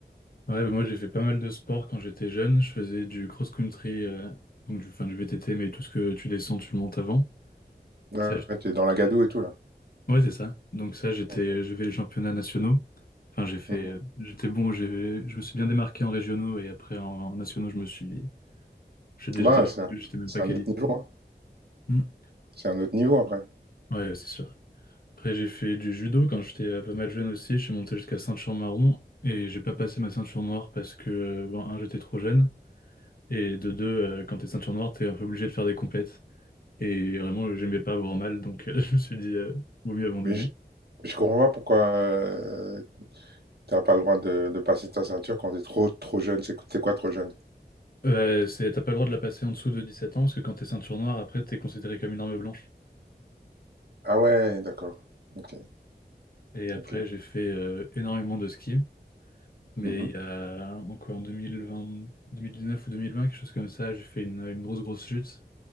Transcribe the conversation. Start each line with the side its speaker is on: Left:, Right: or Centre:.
Left: Ouais, bah, moi j'ai fait pas mal de sport quand j'étais jeune. Je faisais du cross-country, euh, donc du, enfin, du VTT, mais tout ce que tu descends, tu le montes avant.
Right: Ouais,
Left: Ça, je-
Right: t'es dans la gadoue et tout, là.
Left: Ouais, c'est ça. Donc ça, j'étais,
Right: Mm,
Left: euh, j'ai fait les championnats nationaux. Enfin, j'ai fait,
Right: mm,
Left: euh, j'étais bon, j'ai, je me suis bien démarqué en régionaux et après en, en nationaux, je me suis, j'étais,
Right: mm.
Left: j'étais
Right: Bah, ouais, c'est un,
Left: j'étais même
Right: c'est
Left: pas
Right: un
Left: qualifié.
Right: autre niveau, hein.
Left: Hmm.
Right: C'est un autre niveau après.
Left: Ouais, c'est sûr. Après, j'ai fait du judo quand j'étais euh, pas mal jeune aussi. Je suis monté jusqu'à ceinture marron et j'ai pas passé ma ceinture noire parce que, euh, bon, un, j'étais trop jeune et de deux, euh, quand t'es ceinture noire, t'es un peu obligé de faire des compètes. Et vraiment, j'aimais pas avoir mal, donc euh, <laughs> je me suis dit, euh, vaut mieux abandonner.
Right: Mais Je comprends pas pourquoi tu t'as pas le droit de, de passer ta ceinture quand t'es trop trop jeune. C'est c'est quoi trop jeune?
Left: Euh, c'est, t'as pas le droit de la passer en dessous de 17 ans parce que quand t'es ceinture noire, après t'es considéré comme une arme blanche.
Right: Ah ouais, d'accord. Ok,
Left: Et après
Right: ok.
Left: j'ai fait euh, énormément de ski, mais
Right: Mhm,
Left: il y a en quoi, en 2020, 2019 ou 2020, quelque chose comme ça, j'ai fait une, une grosse grosse chute